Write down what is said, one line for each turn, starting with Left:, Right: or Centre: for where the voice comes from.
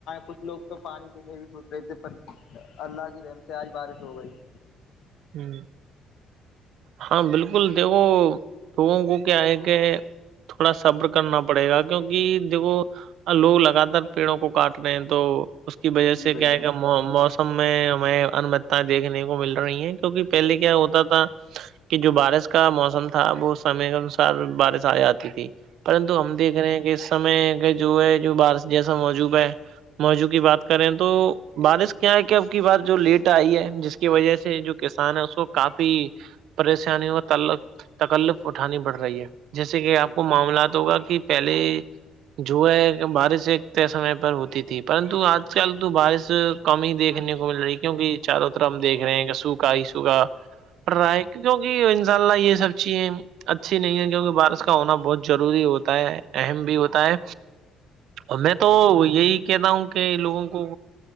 Left: کچھ لوگ تو پانی دینے ہی سوچ رہے تھے پر اللہ کی رحم سے آج بارش ہو گئی
Right: ہوں ہاں بالکل دیکھو لوگوں کو کیا ہے کہ تھوڑا سبر کرنا پڑے گا کیونکہ دیکھو لوگ لگاتار پیڑوں کو کاٹ رہے ہیں تو اس کی وجہ
Left: جی
Right: سے
Left: بھائی
Right: کیا
Left: جان
Right: ہے کیا موسم میں ہمیں انمتیں دیکھنے کو مل رہی ہیں توہ پہلے کیا ہوتا تھا کہ جو بارش کا موسم تھا وہ سمے انسار بارش آ جاتی تھی پرنتو ہم دیکھ رہے ہیں کہ اس سمے کہ جو ہے جو بار جیسا موجوب ہے موضو کی بات کریں تو بارش کیا ہے کیا اب کی بات جو لیٹ آئی ہے جس کی وجہ سے جو کسان ہے اس کو کافی پریشانی اور تکلف اٹھانی پڑ رہی ہے جیسے کہ آپ
Left: جی
Right: کو معاملات ہوگا کہ پہلے جو ہے بارش ایک سمے پر ہوتی تھی پرنتو آج کل تو بارش کممی ہی دیکھنے کو مل رہی ہے کیونکہ چاروں طرف ہم دیکھ رہے ہیں کہ سوکھا ہی سوکھا پڑ رہا ہے کی کیکہ انشاء اللہ یہ سب چیزیں اچھی نہیں ہے کیونکہ بارش کا ہونا بہت ضروری ہو ہوتا ہے اہم بھی ہوتا ہے اور میں تو یہی کہتا ہوں کہ لوگوں کو